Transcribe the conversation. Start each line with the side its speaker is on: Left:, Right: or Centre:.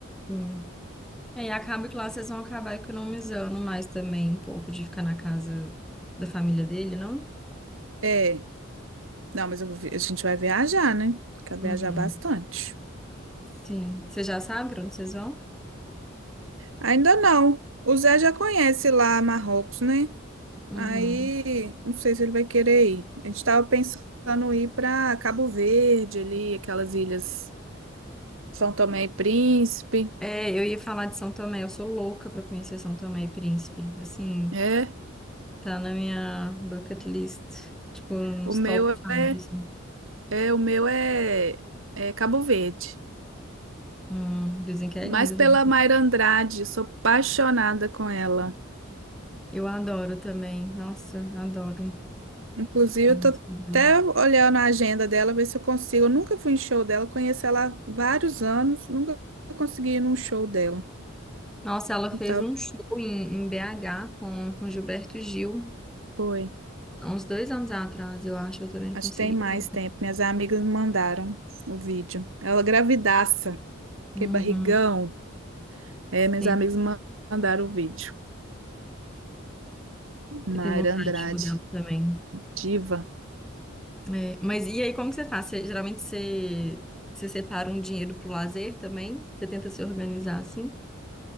Centre: Sim. É, e acaba que lá vocês vão acabar economizando mais também um pouco de ficar na casa da família dele, não?
Right: É, não, mas eu vou vi- a gente vai viajar, né? Quer viajar
Centre: Uhum.
Right: bastante.
Centre: Sim. Você já sabe pra onde vocês vão?
Right: Ainda não. O Zé já conhece lá Marrocos, né?
Centre: Uhum.
Right: Aí, não sei se ele vai querer ir. A gente tava pensando em ir para Cabo Verde ali, aquelas ilhas São Tomé e Príncipe.
Centre: É, eu ia falar de São Tomé. Eu sou louca pra conhecer São Tomé e Príncipe. Assim,
Right: É,
Centre: tá na minha bucket list. Tipo, nos
Right: o meu
Centre: top 5,
Right: é
Centre: assim.
Right: É, o meu é, é Cabo Verde.
Centre: Hum, dizem que é
Right: Mas
Centre: lindo
Right: pela
Centre: também.
Right: Mayra Andrade, sou apaixonada com ela.
Centre: Eu adoro também. Nossa, adoro.
Right: Inclusive,
Centre: a
Right: eu
Centre: música
Right: tô
Centre: dela.
Right: até olhando a agenda dela, ver se eu consigo. Eu nunca fui em show dela, conheço ela há vários anos, nunca consegui ir num show dela.
Centre: Nossa, ela fez
Right: Então,
Centre: um show em, em BH com, com Gilberto Gil,
Right: foi.
Centre: há uns dois anos atrás, eu acho. Eu também não
Right: Acho
Centre: consegui,
Right: que tem mais
Centre: não.
Right: tempo. Minhas amigas me mandaram o vídeo. Ela gravidaça,
Centre: Uhum,
Right: que barrigão. É,
Centre: sim,
Right: minhas amigas me mandaram o vídeo. Mayra
Centre: eu tenho vontade
Right: Andrade,
Centre: de show dela também.
Right: diva.
Centre: É, mas e aí, como que você faz? Você- geralmente você, você separa um dinheiro pro lazer também? Você tenta se organizar assim?